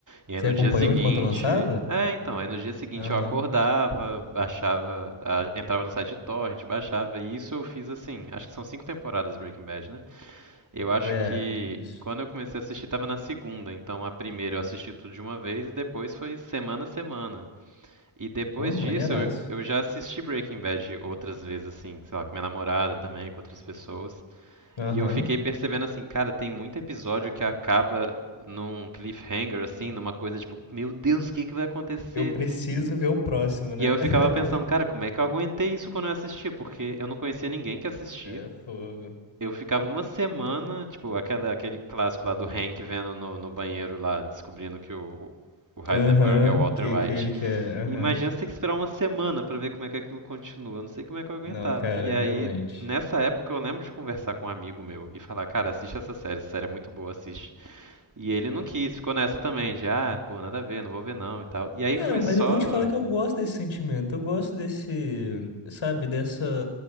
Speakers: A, on the right (about 40°); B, on the left (about 80°).
A: E aí
B: Você
A: no
B: acompanhou
A: dia seguinte,
B: enquanto lançava?
A: é, então, aí no dia seguinte
B: Aham.
A: eu acordava, baixava, a- entrava no site de torrent, baixava. E isso eu fiz assim, acho que são cinco temporadas Breaking Bad, né? Eu acho
B: É,
A: que
B: isso.
A: quando eu comecei a assistir tava na segunda, então a primeira eu assisti tudo de uma vez e depois foi semana a semana. E depois
B: Pô, maneiraço.
A: disso, eu, eu já assisti Breaking Bad outras vezes, assim, sei lá, com minha namorada também, com outras pessoas.
B: Aham.
A: E eu fiquei percebendo assim, cara, tem muito episódio que acaba num cliffhanger, assim, numa coisa tipo, meu Deus, o que que vai acontecer?
B: Eu preciso ver o próximo, né?
A: E aí eu
B: <laughs>
A: ficava pensando, cara, como é que eu aguentei isso quando eu assistia? Porque eu não conhecia ninguém que assistia.
B: É fogo.
A: Eu ficava uma semana, tipo, aquela, aquele clássico lá do Hank vendo no, no banheiro lá, descobrindo que o, o Heisenberg
B: Aham,
A: é o Walter
B: que,
A: White.
B: que ele quer. Aham.
A: E imagina você ter que esperar uma semana pra ver como é que aquilo continua. Eu não sei como é que eu aguentava.
B: Não, cara,
A: E aí,
B: realmente.
A: nessa época, eu lembro de conversar com um amigo meu e falar, cara, assiste essa série, essa série é muito boa, assiste. E ele não quis, ficou nessa também, de ah, pô, nada a ver, não vou ver não e tal. E aí
B: Cara,
A: foi só.
B: mas eu vou te falar que eu gosto desse sentimento. Eu gosto desse, sabe, dessa.